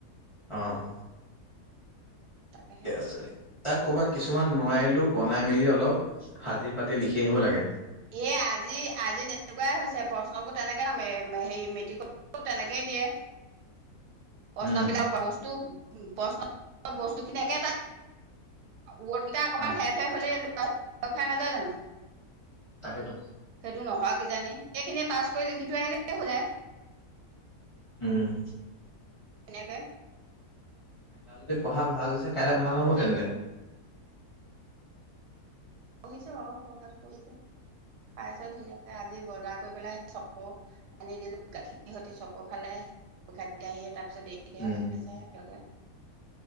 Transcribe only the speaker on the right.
তাকেহে
এ আজি - আজি তেনেকুৱাই হৈছে প্ৰশ্নবোৰ তেনেকে নামে হেৰি মেট্ৰিকৰ। তেনেকেই দিয়ে প্ৰশ্ন
বিলাক বস্তু। প্ৰশ্ন বস্তুখিনি একেটা ৱৰ্ড কেইটা অকণমান
শেষ - শেষ হ'লে। খাই নাযায় জানো
সেইটো নোহোৱা কিছু জানি এইখিনি তাজ কৰি লিখি থৈ আহিলে হৈ যায়।
তেনেকে
যি
পঢ়িছে বাৰু পঢ়া - পঢ়িছে খাইছে ধুনীয়া। আজি বজাৰ কৰি পেলাই সেই চকু আনি দিলো গাখীৰ সতে চক খালে পোখা আহি তাৰপিছত দেৰিকেহে
ভাত খাইছে একেলগে।